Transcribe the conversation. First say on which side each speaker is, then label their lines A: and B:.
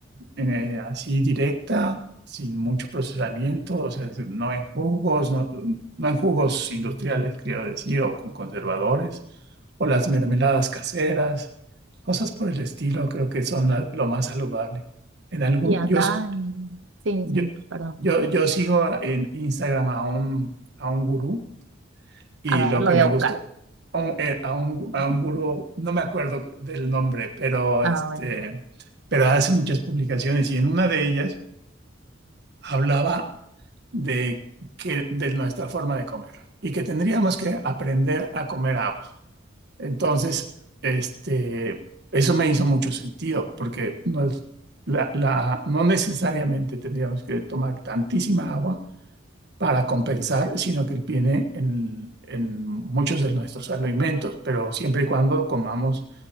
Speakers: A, on the right (about 55°); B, on the right (about 75°).
A: eh, así directa, sin mucho procesamiento, o sea, no en jugos, no no en jugos industriales, quiero decir, o con conservadores o las mermeladas caseras, cosas por el estilo, creo que son la- lo más saludable. En algún,
B: Y acá,
A: yo, s-
B: mm, sí,
A: yo,
B: sí, perdón.
A: yo, yo sigo a- en Instagram a un, a un gurú y
B: A ver,
A: lo
B: lo
A: que
B: voy
A: me
B: a buscar.
A: gustó, a un, eh, a un, a un gurú, no me acuerdo del nombre, pero,
B: Ah,
A: este,
B: bueno.
A: pero hace muchas publicaciones y en una de ellas hablaba de, que, de nuestra forma de comer y que tendríamos que aprender a comer agua. Entonces, este, eso me hizo mucho sentido, porque no, es- la- la- no necesariamente tendríamos que tomar tantísima agua para compensar, sino que viene en, en muchos de nuestros alimentos, pero siempre y cuando comamos